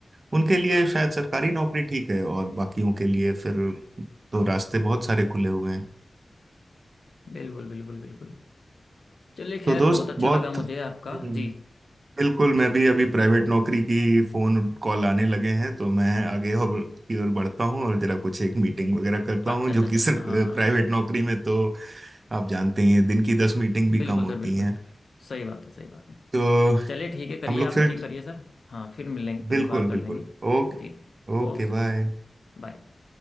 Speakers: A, on the right; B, on the left.
A: उनके लिए शायद सरकारी नौकरी ठीक है और बाकियों के लिए फिर तो रास्ते बहुत सारे खुले हुए हैं
B: बिल्कुल बिल्कुल बिल्कुल चलिए
A: तो
B: खैर
A: दोस्त
B: बहुत अच्छा
A: बहुत
B: लगा मुझे आपका
A: हम्म,
B: जी
A: बिल्कुल
B: जी
A: मैं भी
B: जी
A: अभी प्राइवेट नौकरी की फोन कॉल आने लगे हैं तो मैं आगे और की ओर बढ़ता हूँ और जरा कुछ एक मीटिंग वगैरह करता हूँ
B: अच्छा
A: जो
B: अच्छा
A: कि
B: अच्छा
A: सर
B: हाँ
A: <laughs> प्राइवेट नौकरी में तो आप जानते ही हैं दिन की दस मीटिंग भी
B: बिल्कुल
A: कम होती
B: सर बिल्कुल
A: हैं
B: बिल्कुल सही बात है सही बात है
A: तो
B: चलिए ठीक है करिए
A: हम लोग
B: आप
A: फिर
B: मीटिंग करिए सर हाँ फिर मिल लेंगे कभी
A: बिल्कुल
B: बात कर
A: बिल्कुल
B: लेंगे
A: ओके
B: जी जी
A: Okay
B: Okay sir
A: bye
B: बाय